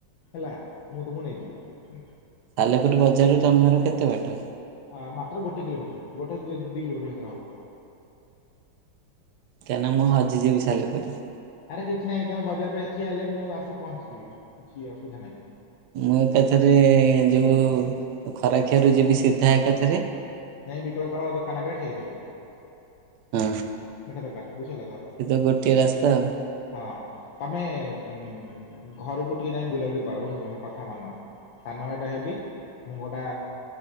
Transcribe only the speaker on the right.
ସାଲେପୁର ବଜାରରୁ ତମ ଘର କେତେ ବାଟ?
କାଇଁନା ମୁଁ ହଜି ଯିବି ସାଲେପୁର ରେ।
ମୁଁ ଏକାଥରେ ଯୋଉ ଖରାଖିଆରୁ ଯିବି ସିଧା ଏକାଥରେ।
ହୁଁ।
ସେ ତ ଗୋଟିଏ ରାସ୍ତା ଆଉ।